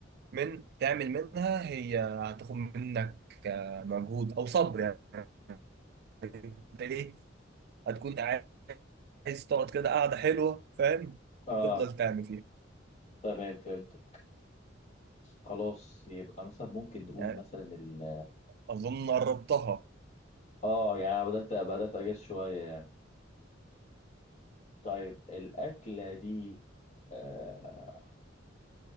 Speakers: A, on the right (about 55°); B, on the left (about 35°).
A: من تعمل منها هي هتاخد منك آه، مجهود او صبر يعني انت ايه هتكون عايز تقعد كده قاعدة حلوة فاهم
B: آه
A: تفضل تعمل فيها
B: تمام فهمت خلاص يبقى مثلا ممكن نقول
A: يعني
B: مثلا ال
A: اظن قربتها
B: اه يعني أنا بدأت بدأت أجس شوية يعني طيب الأكلة دي آه